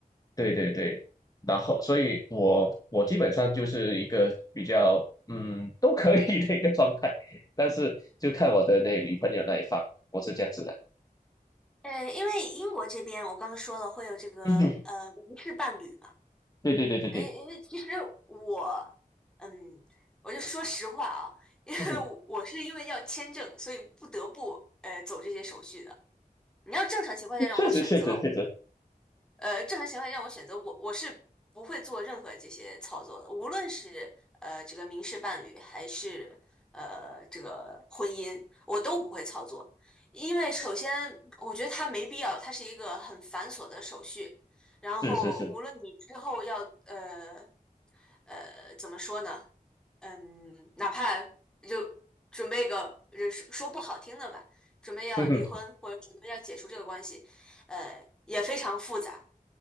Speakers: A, on the left; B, in the centre.
A: 对对对，然后所以我我基本上就是一个比较嗯都可以的一个状态，但是就看我的那女朋友那一方，我是这样子的。
B: 呃，因为英国这边我刚刚说了会有这个呃无事伴侣嘛，
A: 嗯哼，对对对对对，
B: 呃，因为其实我，嗯，我就说实话啊，因为我我是因为要签证，
A: 嗯哼，
B: 所以不得不呃走这些手续的。你要正常情况下让我选择，
A: 确实确实确实
B: 呃，正情情况下让我选择，我我是不会做任何这些操作的，无论是呃这个民事伴侣还是呃这个婚姻，我都不会操作，因为首先我觉得它没必要，它是一个很繁琐的手续，然后无论你之后要呃
A: 是是是，
B: 呃怎么说呢，嗯，哪怕就准备个呃说说不好听的吧，准备要离婚或者准备要解除这个关系，
A: 嗯哼，
B: 呃也非常复杂。